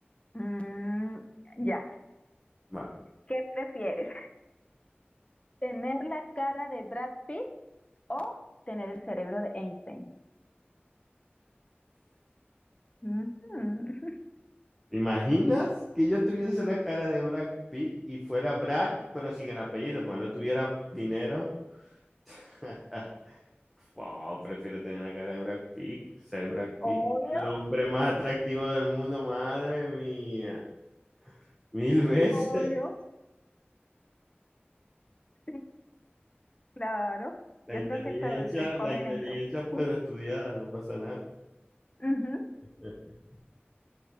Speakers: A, on the left; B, in the centre.
A: mm, ya,
B: Vale.
A: ¿qué prefieres? ¿Tener la cara de Brad Pitt o tener el cerebro de Einstein? Ujú.
B: ¿Te imaginas que yo tuviese la cara de Brad Pitt y fuera Brad, pero sin el apellido, porque no tuviera dinero? <laughs> Wow, prefiero tener la cara de Brad Pitt, ser Brad Pitt.
A: Obvio,
B: El hombre más atractivo del mundo, madre mía. Mil veces.
A: obvio. Sí, claro.
B: La
A: Yo
B: inteligencia,
A: creo que todos escogen
B: la inteligencia
A: eso.
B: puede estudiar, no pasa nada.
A: Ujú.
B: <laughs>